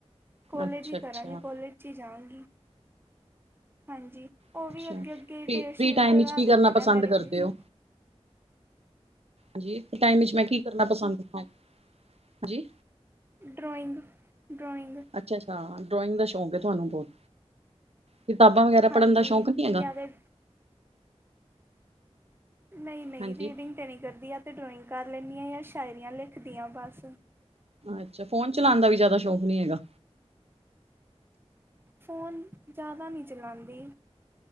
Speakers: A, on the right (about 20°); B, on the right (about 60°).
A: ਕੋਲੇਜ
B: ਅੱਛਾ
A: ਹੀ ਕਰਾਂਗੀ,
B: ਅੱਛਾ
A: ਕੋਲੇਜ 'ਚ ਹੀ ਜਾਵਾਂਗੀ। ਹਾਂਜੀ, ਉਹ
B: ਅੱਛਾ
A: ਵੀ ਅੱਗੇ- ਅੱਗੇ
B: ਫਰੀ
A: ਡੇਟਸ਼ੀਟ
B: ਫਰੀ ਟਾਈਮ
A: ਵਧਾ
B: ਵਿੱਚ ਕੀ
A: ਦਿੰਦੇ
B: ਕਰਨਾ ਪਸੰਦ
A: ਨੇ ਮੈਰੀ
B: ਕਰਦੇ
A: ਪਿਲੀਸ।
B: ਹੋ ਹਾਂਜੀ, ਤੇ ਟਾਈਮ ਵਿੱਚ ਮੈਂ ਕੀ ਕਰਨਾ ਪਸੰਦ, ਹਾਂਜੀ।
A: ਡਰਾਇੰਗ, ਡਰਾਇੰਗ,
B: ਅੱਛਾ -ਅੱਛਾ ਡਰੋਇੰਗ ਦਾ ਸ਼ੌਂਕ ਹੈ ਤੁਹਾਨੂੰ ਬਹੁਤ, ਕਿਤਾਬਾਂ ਵਗੈਰਾ
A: ਹਾਂਜੀ
B: ਪੜ੍ਹਨ ਦਾ ਸ਼ੌਂਕ ਨਹੀਂ ਹੈਗਾ
A: ਜਾਂ ਤਾਂ ਨਹੀਂ- ਨਹੀਂ
B: ਹਾਂਜੀ
A: ਰੀਡਿੰਗ ਤਾਂ ਨਹੀਂ ਕਰਦੀ ਆ, ਜਾਂ ਡਰੋਇੰਗ ਕਰ ਲੈਂਦੀ ਹਾਂ, ਜਾਂ ਸ਼ਾਇਰੀਆਂ ਲਿਖਦੀਆਂ ਬਸ,
B: ਅੱਛਾ, ਫੋਨ ਚਲਾਉਣ ਦਾ ਵੀ ਜ਼ਿਆਦਾ ਸ਼ੌਕ ਨੀ ਹੈਗਾ,
A: ਫੋਨ, ਜ਼ਿਆਦਾ ਨਹੀਂ ਚਲਾਉਦੀ,